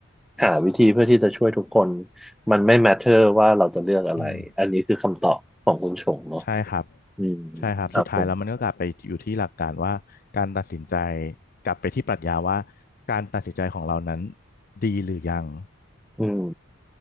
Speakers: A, in the centre; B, on the left (about 45°).
A: หาวิธีเพื่อที่จะช่วยทุกคนมันไม่ matter ว่าเราจะเลือกอะไรอันนี้คือคำตอบของคุณชงเนาะ
B: อืมใช่ครับ
A: อืม
B: ใช่ครับสุดท้ายแล้วมันก็กลับไปอยู่ที่หลักการว่าการตัดสินใจ
A: ครับผม
B: กลับไปที่ปรัชญาว่าการตัดสินใจของเรานั้นดีหรือยัง
A: อืม